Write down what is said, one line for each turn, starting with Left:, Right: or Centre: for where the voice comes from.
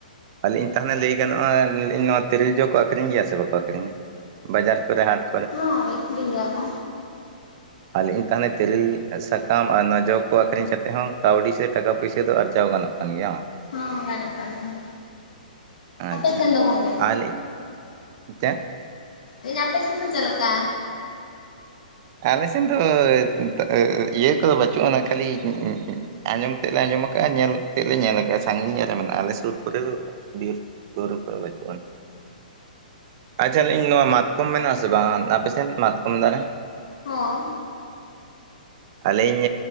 Right: ᱟᱹᱞᱤᱧ ᱛᱟᱦᱞᱮ ᱞᱟᱹᱭ ᱜᱟᱱᱚᱜᱼᱟ ᱱᱚᱣᱟ ᱛᱮᱨᱮᱞ ᱡᱚ ᱠᱚ ᱟᱹᱷᱨᱤᱧ ᱜᱮᱭᱟ ᱥᱮ ᱵᱟᱠᱚ ᱟᱹᱠᱷᱨᱤᱧᱟ ᱵᱟᱡᱟᱨ ᱠᱚᱨᱮ ᱦᱟᱴ
Left: ᱦᱚᱭ ᱟ. ᱠᱨᱤᱧ ᱜᱮᱭᱟ ᱠᱚ
Right: <unintelligible> ᱟᱞᱤ ᱤᱧ ᱛᱟᱦᱚᱞᱮ ᱛᱮᱨᱮᱞ ᱥᱟᱠᱟᱢ ᱟᱨ ᱱᱚᱣᱟ ᱡᱚ ᱠᱚ ᱟᱹᱠᱷᱨᱤᱧ ᱠᱟᱛᱮ ᱦᱚᱸ ᱠᱟᱹᱣᱰᱤ ᱥᱮ ᱴᱟᱠᱟ ᱯᱩᱭᱥᱟᱹ ᱫᱚ ᱟᱨᱡᱟᱣ ᱜᱟᱱᱚᱜᱼᱟ ᱠᱟᱱ ᱜᱮᱭᱟ
Left: ᱦᱚᱸ ᱜᱟᱱᱚᱜ ᱠᱟᱱ ᱜᱮᱭᱟ
Right: ᱟᱪᱪᱷᱟ
Left: ᱟᱯᱮ ᱥᱮᱱ ᱫᱚ ᱜᱚᱝᱠᱮ
Right: ᱟᱞᱮᱡ ᱪᱮ
Left: ᱤᱧ ᱟᱯᱮ ᱥᱮᱱ ᱫᱚ ᱪᱮᱫ ᱞᱮᱠᱟ
Right: ᱟᱞᱮ ᱥᱮᱱ ᱫᱚ ᱫᱚ ᱤᱭᱟᱹ ᱠᱚᱫᱚ ᱵᱟᱹᱪᱩᱜ ᱟᱱᱟ ᱠᱷᱟᱹᱞᱤ ᱟᱸᱡᱚᱢ ᱛᱮᱫ ᱞᱮ ᱟᱸᱡᱚᱢ ᱠᱟᱜᱼᱟ ᱧᱮᱞ ᱛᱮᱫ ᱞᱮ ᱧᱮᱞ ᱠᱟᱜᱼᱟ ᱥᱟᱺᱜᱤᱧ ᱧᱚᱜ ᱨᱮ ᱢᱮᱱᱟᱜᱼᱟ ᱟᱞᱮ ᱥᱩᱨ ᱠᱚᱨᱮ ᱵᱤᱨ ᱥᱩᱨ ᱠᱚᱨᱮ ᱵᱟᱪᱩᱜ ᱟᱱᱤᱡ ᱟᱪᱪᱷᱟ ᱞᱮ ᱤᱧ ᱱᱚᱣᱟ ᱢᱟᱛᱠᱚᱢ ᱢᱮᱱᱟᱜᱼᱟ ᱟᱥᱮ ᱵᱟᱝ ᱟᱯᱮᱥᱮᱫ ᱢᱟᱛᱠᱚᱢ ᱫᱟᱨᱮ
Left: ᱦᱚᱸ
Right: ᱟᱹᱞᱤᱧ